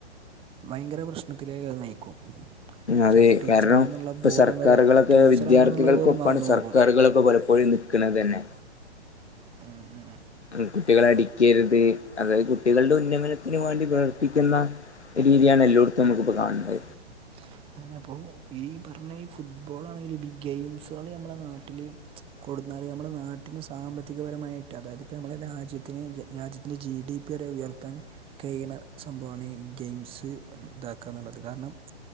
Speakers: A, on the right; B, on the left.
A: ഭയങ്കര പ്രശ്നത്തിലേക്ക് അഹ് നയിക്കും
B: അതെ
A: ചിലപ്പോൾ ടീച്ചറാണെന്നുള്ള
B: കാരണം പ്പൊ
A: ബോധം
B: സർക്കറുകളൊക്കെ
A: വരെ ടീച്ചറാണെന്നുള്ളത്
B: വിദ്യാർത്ഥികൾക്കൊപ്പാണ്
A: പോലും മറന്നു
B: സർ
A: പോകും
B: കാറ്കളൊക്കെ പലപ്പോഴും നിക്ക്ണതന്നെ
A: ഉം ഉം
B: മ് കുട്ടികളെ അടിക്കരുത് അതായത് കുട്ടികളുടെ ഉന്നമനത്തിനന് മാണ്ടി പ്രവർത്തിക്കുന്ന രീതിയാണ് എല്ലോട്ത്തും നമുക്ക്പ്പോ കാണത്
A: <inaudible> അങ്ങനെപ്പോ ഈ പറഞ്ഞഈ ഫുട്ബോളാണെങ്കിലും ഇ ഗെയിംസാള്അമ്മളെനാട്ടില് കൊട്ന്നാല് ഞമ്മളെനാട്ടില് സാമ്പത്തികപരമായിട്ട് അതായത് ഞമ്മളെ ടെ രാജ്യത്തിന് രാജ്യത്തിൻറെ ജി ഡി പി വരെ ഉയർത്താൻ കഴിയുന്ന സംഭവമാണ്ഈ ഗെയിംസ്തക്ക ന്ന്ള്ളത് കാരണം